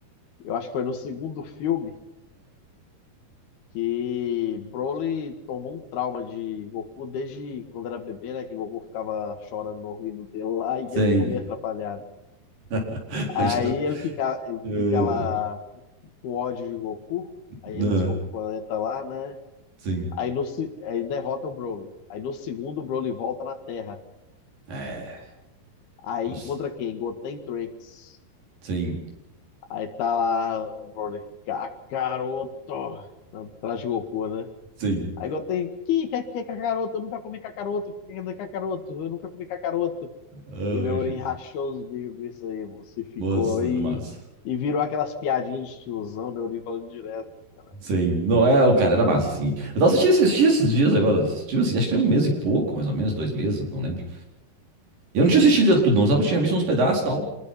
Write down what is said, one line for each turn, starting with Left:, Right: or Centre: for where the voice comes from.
Left: eu acho que foi no segundo filme. que Broly tomou um trauma de Goku desde quando era bebê, né? Que Goku ficava chorando no ouvido dele lá e
Right: Sim.
Left: ele ficou meio atrapalhado.
Right: <laughs>
Left: Aí
Right: Já-
Left: ele fica, ele
Right: É,
Left: fica lá com ódio de Goku, aí
Right: não,
Left: eles vão pro planeta lá, né?
Right: Sim.
Left: Aí, no, se- aí derrota o Broly. Aí no segundo, o Broly volta na Terra.
Right: É.
Left: Aí
Right: Nossa,
Left: encontra quem? Goten e Trunks.
Right: sim,
Left: Aí tá lá o Broly. "Ca- Caroto! Atrás de Goku, né?
Right: sim.
Left: Aí igual tem, que, que, que é cacaroto, eu nunca comi cacaroto, que que- cacaroto, eu nunca comi cacaroto.
Right: Hoje.
Left: E Leorim rachou os bicos com isso aí, moço, e ficou,
Right: Nossa,
Left: e,
Right: era massa.
Left: e virou aquelas piadinhas de tiozão, Leorim falando direto, cara.
Right: Sim, não é, o cara era massa, assim. Eu tava assistindo, esses assisti esses dias agora, assisti, assim, acho que tem um mês e pouco, mais ou menos, dois meses, não lembro. Eu não tinha assistido tudo, não, sabe? Eu tinha visto uns pedaços e tal.